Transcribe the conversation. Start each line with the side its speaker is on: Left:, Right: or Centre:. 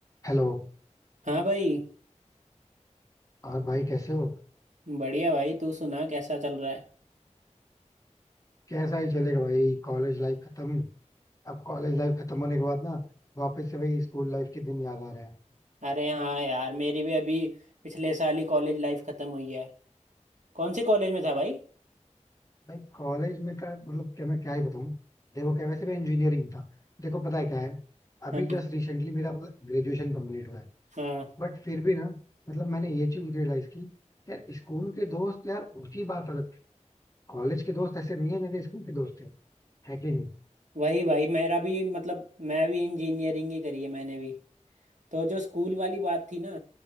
Left: Hello
Right: हाँ भाई
Left: और भाई कैसे हो
Right: बढ़िया भाई तू सुना कैसा चल रहा है
Left: कैसा ही चलेगा भाई कॉलेज लाइफ खत्म अब कॉलेज लाइफ खत्म होने के बाद ना वापस से वही स्कूल लाइफ के दिन याद आ रहे हैं
Right: अरे हाँ यार मेरी भी अभी पिछले साल ही कॉलेज लाइफ खत्म हुई है कौन से कॉलेज में था भाई
Left: भाई कॉलेज में का मतलब क्या मैं क्या ही बताऊं देखो क्या वैसे मैं इंजीनियरिंग था देखो पता है क्या है अभी
Right: हाँ
Left: जस्ट रिसेंटली मेरा मतलब ग्रेजुएशन कंप्लीट हुआ है
Right: हाँ
Left: बट फिर भी ना मतलब मैंने ये चीज रियलाइज की यार स्कूल के दोस्त यार उनकी बात अलग थी कॉलेज के दोस्त ऐसे नहीं है जैसे स्कूल के दोस्त थे है कि नहीं
Right: वही भाई मेरा भी मतलब मैं भी इंजीनियरिंग ही करी है मैंने भी तो जो स्कूल वाली बात थी ना